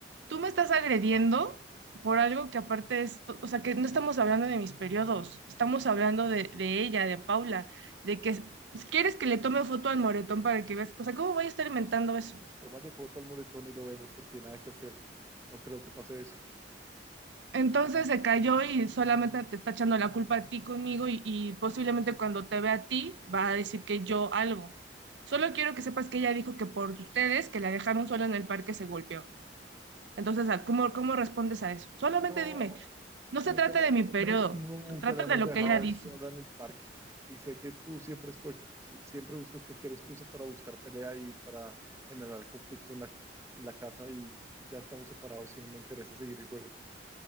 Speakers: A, on the right (about 75°); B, on the right (about 15°).
A: tú me estás agrediendo por algo que aparte es, to- o sea, que no estamos hablando de mis periodos, estamos hablando de, de ella, de Paula, de que s- quieres que le tome foto al moretón para que veas, o sea, ¿cómo voy a estar inventando eso?
B: Pues tómale foto al moretón y lo vemos porque nada que hacer. No creo que pase eso.
A: Entonces se cayó y solamente te está echando la culpa a ti conmigo y, y posiblemente cuando te vea a ti va a decir que yo algo. Solo quiero que sepas que ella dijo que por ustedes, que la dejaron sola en el parque, se golpeó. Entonces, ¿cómo, cómo respondes a eso? Solamente
B: No,
A: dime, no se
B: nunca
A: trata
B: le,
A: de
B: nu-
A: mi periodo,
B: nunca
A: se trata
B: la hemos
A: de lo
B: dejado
A: que ella dice.
B: sola en el parque. Y sé que tú siempre, es cual- si, siempre buscas cualquier excusa para buscar pelea y para generar conflicto en la, en la casa y ya estamos separados y no me interesa seguir el juego.